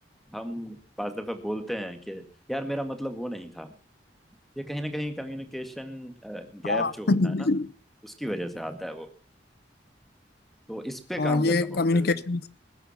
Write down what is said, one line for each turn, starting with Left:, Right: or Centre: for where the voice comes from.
Centre: हम पांच दफे बोलते हैं कि यार मेरा मतलब वो नहीं था ये कहीं ना कहीं कम्युनिकेशन गैप
Left: हाँ
Centre: जो होता
Left: <laughs>
Centre: है ना उसकी वजह से आता है वो तो इस पे काम
Left: हाँ
Centre: करना
Left: ये
Centre: बहुत
Left: कम्युनिकेशन
Centre: जरूरी है